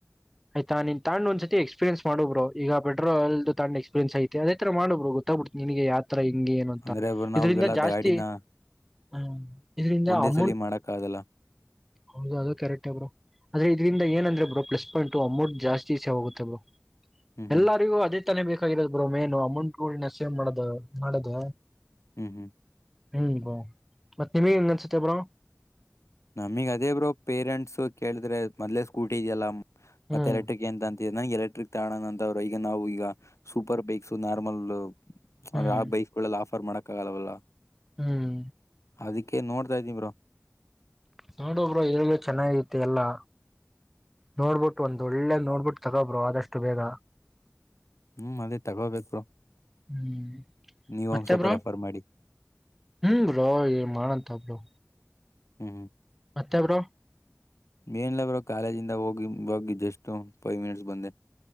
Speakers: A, in the centre; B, on the left.
A: ಆಯ್ತಾನ್ ತಂಡ್ ಒಂದ್ಸತಿ ಎಕ್ಸ್ಪರಿಯನ್ಸ್ ಮಾಡೋಬ್ರರು ಈಗ ಪೆಟ್ರೋಲ್ದು ತ್ ಎಕ್ಸ್ಪೀರಿಯನ್ಸ್ ಐತಿ ಅದೇ ತರ ಮಾಡಬ್ರರು ಗೊತ್ತಬಡ್ ನಿನ್ಗೆ ಹತ್ರ ಹಿಂಗಗೆ ಏನು ಅಂತ
B: ಅಂದ್ರೆ ನಾವ್
A: ಇದರಿಂದ
B: ಇವೆಲ್ಲ
A: ಜಾಸ್ತಿ
B: ಗಾಡಿನ
A: ಹ್ಮ ಇದರಿಂದ
B: ಒಂದೇ
A: ಅಮೌಂಟ್
B: ಸಲಿ ಮಾಡಕ್ ಆಗಲ್ಲ
A: ಹೌದು ಅದು ಕರೆಕ್ಟ್ ಬ್ರೋ ಅ್ರ ಇದ್ರಂದ ಏನಂದ್ರೆ ಬ್ರೋ ಪ್ಲಸ್ ಪಾಯಿಂಟ್ ು ಅಮೌಂಟ್ ಜಾಸ್ತಿ ಸೇವ ಆಾಗುತ್ತೆ ಬ್ರೋ
B: ಹ್ಮ್ ಹ್ಮ್
A: ಎಲ್ಲರಿಗೂ ಅದೇ ತಾನೇ ಬೇಕಾಗಿರದ ಬ್ರೋ ಮೆನು ಅಮೌಂಟ್ಗಳ ಸೇವ್ ಮಾಡೋ ಮಾಡದ
B: ಹ್ಮ್ ಹ್ಮ್
A: ಹ್ಮ್ಾ ಮತ್ತತ್ ನಿಮಗೆಂಗ ನನ್ಸುತ್ತೆ ಬ್ರಾ
B: ನಮಗ್ ಅದೇ ಬ್ರೋ ಪೇರೆಂಟ್ಸ್ ಕೇಳಿದ್ರೆ ಮದ್ಲೇ ಸ್ಕೂಟಿ ಇದೆಯಲ್ಲ
A: ಹ್ಮ್
B: ಮತ್ತೆ ಎಲೆಕ್ಟ್ರಿಕ್ ಂತ ಅಂತ ನನಗೆ ಎಲೆಕ್ಟ್ರಿಕ್ ತಾಣ ಅಂತರು ಈಗ ನಾವು ಈಗ ಸೂಪರ್ ಬೈಕ್ಸ್ು ನಾರ್ಮಲ್
A: ಹ್ಮ್
B: ಅದ್ರ ಆ ಬೈಸ್ಕೊಳ್ಳಲ್ಲ ಆ ರ್ ಮಣಕಾಗಾಲವಲ್ಲ
A: ಹ್ಮ್
B: ಅದಕ್ಕೆ ನೋಡ್ತಾ ಇದ್ದೀ ಬ್ರ
A: ನೋಡಬ್ರ ಎ್ರಗ ಚೆನ್ನಾಗಿತಿ ಎಲ್ಲಾ ನೋಡ್ಬಿಟ್ಟು ಒಂದ ಒೆ ನೋಡ್ಬಿಟ್ಟು ತಗೊಬ್ರು ಆದಷ್ಟು ಬೇಗ
B: ಹ್ಮ್ ಅದೇ ತಗೋಬೇಕು ಬ್ರೋ
A: ಹ್ಮ್
B: ನೀವ್
A: ಮತ್ತೆ
B: ಒಂದ್ ಸ್ವಲ್ಪ
A: ಬ್ರೋ
B: ರೆಫರ್ ಮಾಡಿ
A: ಹ್ಮ್ ಬ್ರೋ ಮಾಡಂತ ಬ್ರೋ
B: ಹ್ಮ
A: ಮತ್ತೆಬರೋ
B: ಮೇನ್ಲಬ್ರು ಕಾಲೇಜ ಇಿಂದ ಹೋಗಿ ಬೋಗಿ ಜಸ್ಟ್ ಫೈವ್ ಮಿನಿಟ್ಸ್ ಬಂದೆ